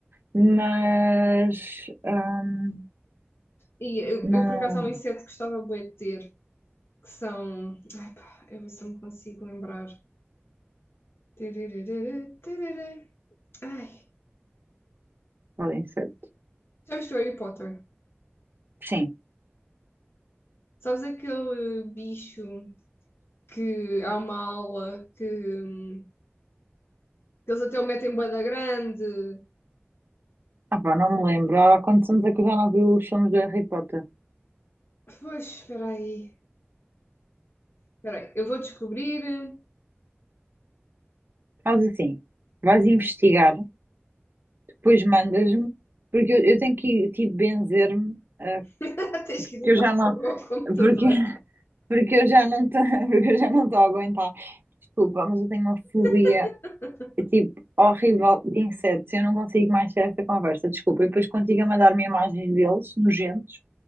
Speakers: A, on the right; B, on the left.
A: mas ahm,
B: E eu,
A: não.
B: eu, por acaso, há um inseto que gostava bué de ter, que são. Ai, pá, eu ver se eu me consigo lembrar. Tararara, tarará. Ai,
A: Podem ser.
B: já viste o Harry Potter?
A: Sim.
B: Sabes aquele eh, bicho que há uma aula que, hum, que eles até o metem bué da grande?
A: Ah, pá, não me lembro. Há quantos anos é que eu já não vi os filmes do Harry Potter?
B: Pois, espera aí. Espera aí, eu vou descobrir.
A: Faz assim, vais investigar, depois mandas-me, porque eu, eu tenho que tipo benzer-me, ah,
B: <laughs> Tens
A: porque
B: que ir
A: eu já
B: ao
A: não.
B: <laughs> computador.
A: Porque, <laughs> porque eu já não estou, <laughs> porque eu já não estou a aguentar. Desculpa, mas eu tenho uma fobia
B: <laughs>
A: É tipo, horrível de insetos. Eu não consigo mais ter esta conversa, desculpa. E depois contigo a mandar-me imagens deles, nojentos.